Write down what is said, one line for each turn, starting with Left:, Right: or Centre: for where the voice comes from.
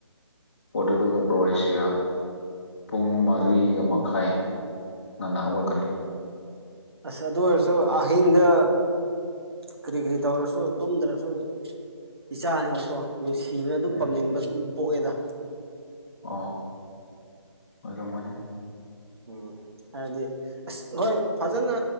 Left: ꯄꯣꯔꯇꯨꯒꯜꯒ ꯀ꯭ꯔꯣꯌꯦꯁꯤꯌꯥ ꯄꯨꯡ ꯃꯔꯤꯒ ꯃꯈꯥꯏ ꯉꯟꯅ ꯍꯧꯒꯠꯀꯅꯤ
Right: ꯑꯁ ꯑꯗꯨ ꯑꯣꯏꯔꯁꯨ ꯑꯍꯤꯡꯗ ꯀꯔꯤ ꯀꯔꯤ ꯇꯧꯔꯁꯨ ꯇꯨꯝꯗ꯭ꯔꯁꯨ ꯏꯆꯥꯅꯤꯅꯀꯣ ꯅꯨꯡꯁꯤꯕꯅ ꯑꯗꯨꯝ
Left: ꯎꯝ
Right: ꯄꯥꯝꯅꯤꯡꯕ ꯑꯗꯨꯝ ꯄꯣꯛꯑꯦꯗ
Left: ꯑꯣ ꯑꯣꯏ ꯃꯅꯤ
Right: ꯎꯝ ꯍꯥꯏꯗꯤ ꯑꯁ ꯍꯣꯏ ꯐꯖꯅ